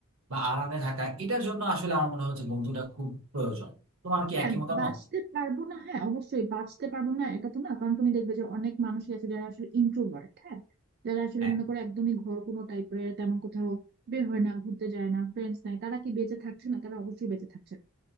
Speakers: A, on the right; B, on the right.
A: বা আরামে থাকা এটার জন্য আসলে আমার মনে হচ্ছে বন্ধুটা খুব প্রয়োজন তোমার কি
B: হ্যাঁ
A: একই মতামত
B: বাঁচতে পারবো না হ্যাঁ অবশ্যই বাঁচতে পারবো না এটা তো না কারণ তুমি দেখবে যে অনেক মানুষই আছে যারা আসলে ইন্ট্রোভার্ট হ্যাঁ যারা আসলে
A: হ্যাঁ
B: মনে করো একদমই ঘর কোনো টাইপের তেমন কোথাও বের হয় না ঘুরতে যায় না ফ্রেন্ডস নাই তারা কি বেঁচে থাকছে না তারা অবশ্যই বেঁচে থাকছে না।